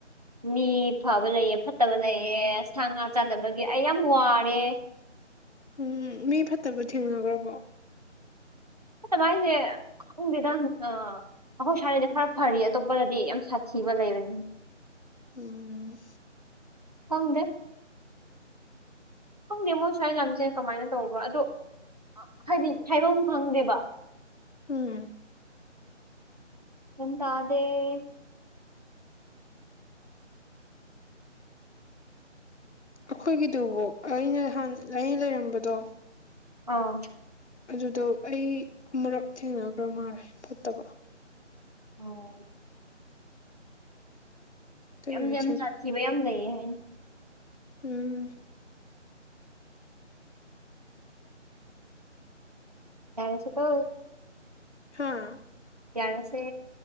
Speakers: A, on the right; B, on the left.
A: ꯃꯤ ꯐꯕ ꯂꯩꯑꯦ ꯐꯠ ꯇꯕ ꯂꯩꯌꯦ ꯁꯥ ꯉꯥ ꯆꯥꯗꯕꯒꯤ ꯑꯩ ꯌꯥꯝ ꯋꯥꯔꯦ
B: ꯎꯝ ꯃꯤ ꯐꯠꯇꯕ ꯊꯦꯡꯅꯒ꯭ꯔꯕꯣ
A: ꯐꯠꯇꯕ ꯍꯥꯏꯖꯦ ꯈꯪꯗꯦꯗ ꯑ ꯑꯈꯣꯏ ꯁ꯭ꯋꯥꯗꯗꯤ ꯈꯔ ꯐꯔꯤ ꯑꯇꯣꯞꯄꯗꯗꯤ ꯌꯥꯝ ꯁꯥꯊꯤꯕ ꯂꯩꯕꯅꯦ
B: ꯎꯝ
A: ꯈꯪꯗꯦ ꯈꯪꯗꯦ ꯃꯣꯏ ꯁ꯭ꯋꯥꯏ ꯂꯝꯖꯦ ꯀꯃꯥꯏꯅ ꯇꯧꯕ ꯑꯗꯣ ꯑꯥ ꯍꯥꯏꯗꯤ ꯍꯥꯏꯕꯝ ꯈꯪꯗꯦꯕ
B: ꯎꯪ
A: UNINTELLIGIBLE
B: ꯑꯩꯈꯣꯏꯒꯤꯗꯨꯕꯣ ꯑꯩꯅ ꯍꯥꯟꯅ ꯅꯩ ꯂꯩꯔꯝꯕꯗꯣ
A: ꯑꯥꯡ
B: ꯑꯗꯨꯗꯣ ꯑꯩ ꯑꯃꯨꯔꯛ ꯊꯦꯡꯅꯒ꯭ꯔꯥ ꯃꯥꯟꯂꯦ ꯐꯠꯇꯕ
A: ꯑꯣꯡ
B: ꯑꯇꯩꯕꯨꯗꯤ
A: ꯌꯥꯝ ꯌꯥꯝ ꯖꯥꯠꯊꯤꯕ ꯌꯥꯝ ꯂꯩꯌꯦ ꯍꯥꯏ
B: ꯎꯎꯝ
A: ꯌꯥꯔꯖꯦ ꯀꯣ
B: ꯍꯥꯥꯑꯥ
A: ꯌꯥꯔ ꯁꯦ